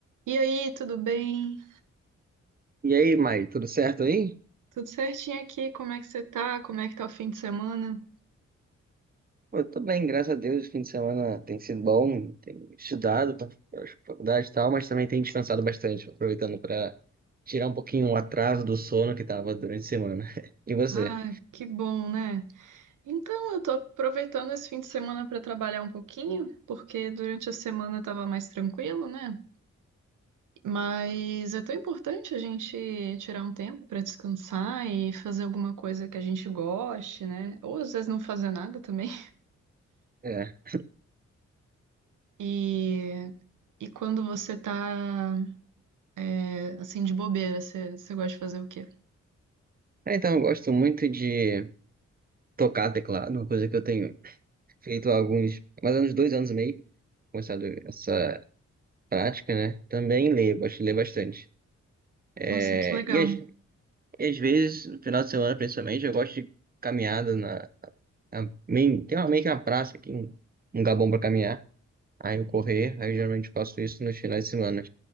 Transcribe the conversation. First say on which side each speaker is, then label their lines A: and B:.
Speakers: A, on the right; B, on the right.
A: E aí, tudo bem?
B: E aí, Mai, tudo certo aí?
A: Tudo certinho aqui? Como é que você tá? Como é que tá o fim de semana?
B: Pô, eu tô bem, graças a Deus. O fim de semana tem sido bom, tenho estudado para faculdade e tal, mas também tenho descansado bastante, aproveitando para tirar um pouquinho o atraso do sono que tava durante a semana. <laughs> E você?
A: Ah, que bom, né? Então, eu tô aproveitando esse fim de semana para trabalhar um pouquinho, porque durante a semana tava mais tranquilo, né? Mas é tão importante a gente tirar um tempo para descansar e fazer alguma coisa que a gente goste, né? Ou às vezes não fazer nada também.
B: É.
A: E, e quando você tá, é, assim, de bobeira, você, você gosta de fazer o quê?
B: Ah, Então, eu gosto muito de tocar teclado, uma coisa que eu tenho feito há alguns, mais ou menos dois anos e meio, começado essa prática, né? Também leio, gosto de ler bastante.
A: Nossa,
B: É,
A: que legal.
B: e, às, e às vezes, no final de semana, principalmente, eu gosto de caminhada na A main- tem uma, meio que uma praça aqui, um, um lugar bom pra caminhar. Aí eu correr, aí eu geralmente faço isso nos finais de semana.